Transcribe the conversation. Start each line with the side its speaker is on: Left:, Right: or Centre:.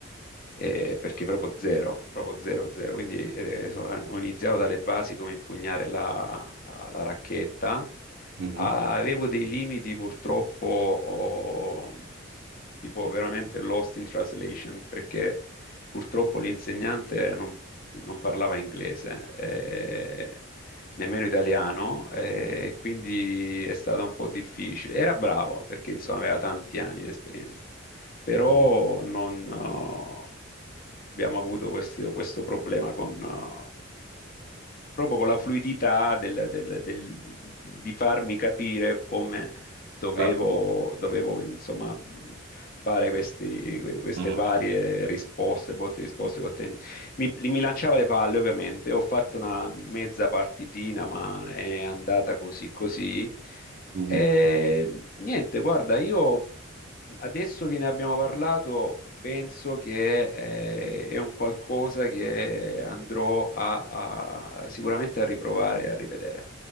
Left: eh, perché proprio zero, proprio zero, zero. Quindi eh, so- eh, ho iniziato dalle basi come impugnare la, la racchetta.
Right: Mhm.
Left: Ah, Avevo dei limiti purtroppo, oh, tipo veramente lost in translation, perché Purtroppo l'insegnante non, non parlava inglese, eh, nemmeno italiano, eh, e quindi è stato un po' difficile. Era bravo perché insomma aveva tanti anni di esperienza, però
Right: Mm.
Left: non, eh, abbiamo avuto questo, questo problema con, eh, proprio con la fluidità del- del- del- di farmi capire come dovevo,
Right: Certo.
Left: dovevo, insomma, fare questi- que- queste
Right: Mhm.
Left: varie risposte, botte e risposte col tennis. Mi, li- mi lanciava le palle, ovviamente. Ho fatto una mezza partitina, ma è andata così così.
Right: Mhm.
Left: E niente, guarda, io Adesso che ne abbiamo parlato, penso che eh, è un qualcosa che andrò a, a- sicuramente a riprovare e a rivedere.